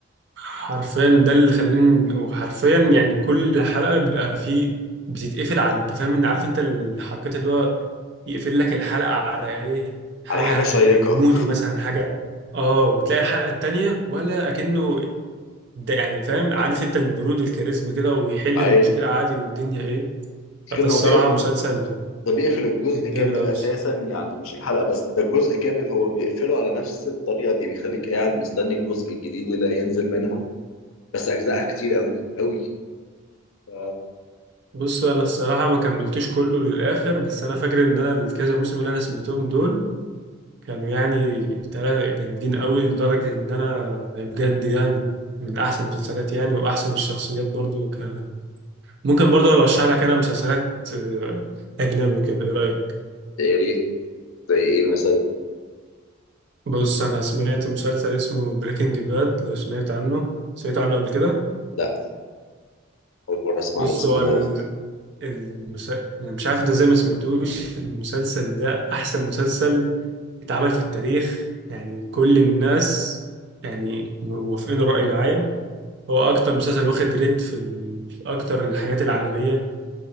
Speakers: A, on the right (about 55°); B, on the left (about 75°).
A: حرفيا ده اللي خلاني وحرفيا يعني كل حلقة بيبقى فيه بتتقفل على انت فاهم انت عارف انت الحركات اللي هو يقفل لك الحلقة على ايه حاجة
B: على حاجة شيقة
A: هي- هيموتوا مثلا حاجة اه وتلاقي الحلقة التانية ولا اكنه ده يعني فاهم عارف انت البرود الكاريزما كده ويحل
B: عارف
A: المشكلة عادي والدنيا ايه
B: المشكلة
A: فده الصراحة
B: إن هو بي...
A: مسلسل
B: ده بيقفل الجزء
A: كان
B: كامل
A: جامد أوي
B: اساسا يعني مش الحلقة بس ده الجزء كامل هو بيقفله على نفس الطريقة دي بيخليك قاعد مستني الجزء الجديد اللي هينزل منها بس اجزائها كتير قوي قوي ف...
A: بص انا الصراحة ما كملتوش كله للآخر بس انا فاكر ان انا الكذا موسم اللي انا سمعتهم دول كانوا يعني تلاتة جامدين قوي لدرجة إن أنا يعني بجد جامد من أحسن المسلسلات يعني وأحسن الشخصيات برضو كان ممكن برضو أرشح لك أنا مسلسلات آه، أجنبي وكده إيه رأيك؟
B: يا ريت زي ايه مثلا
A: بص أنا سمعت مسلسل اسمه بريكنج باد لو سمعت عنه سمعت عنه قبل كده
B: لا اول مرة اسمع
A: بص
B: الاسم
A: هو ال-
B: ده
A: المس... أنا مش عارف أنت إزاي ما سمعتوش المسلسل ده أحسن مسلسل اتعمل في التاريخ يعني كل الناس يعني موافقين الرأي معايا هو اكتر مسلسل واخد ريت في, ال... في اكتر الحاجات العالميه